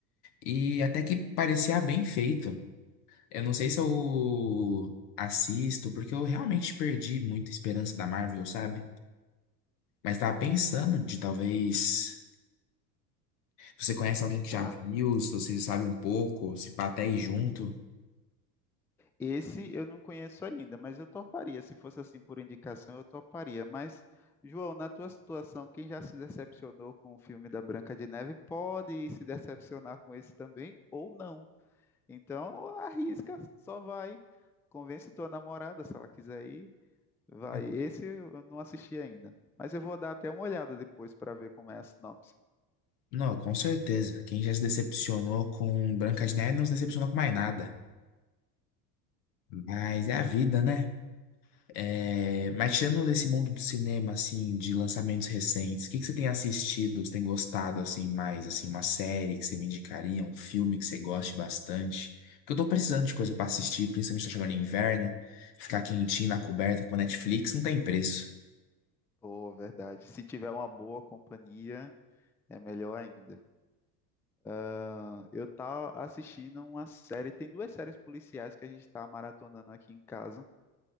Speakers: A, on the left; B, in the centre.
A: E até que parecia bem feito. Eu não sei se eu assisto, porque eu realmente perdi muita esperança da Marvel, sabe? Mas tava pensando de talvez. Se você conhece alguém que já
B: Ah,
A: viu, se você sabe um pouco, se pá até ir junto.
B: esse eu não conheço ainda, mas eu toparia. Se fosse assim por indicação, eu toparia. Mas, João, na tua situação, quem já se decepcionou com o filme da Branca de Neve pode se decepcionar com esse também ou não. Então, arrisca, só vai. Convence tua namorada, se ela quiser ir, Vai,
A: É.
B: esse eu não assisti ainda. Mas eu vou dar até uma olhada depois para ver como é a sinopse.
A: Não, com certeza. Quem já se decepcionou com Branca de Neve não se decepcionou com mais nada. Mas é a vida, né? É, Mas tirando desse mundo do cinema, assim, de lançamentos recentes, o que que você tem assistido, você tem gostado, assim, mais, assim, uma série que você me indicaria, um filme que você goste bastante? Porque eu tô precisando de coisa pra assistir, principalmente tá chegando inverno, ficar quentinho na coberta com a Netflix não tem preço.
B: Pô, verdade. Se tiver uma boa companhia, é melhor ainda. Ah, eu tava assistindo uma série, tem duas séries policiais que a gente tá maratonando aqui em casa,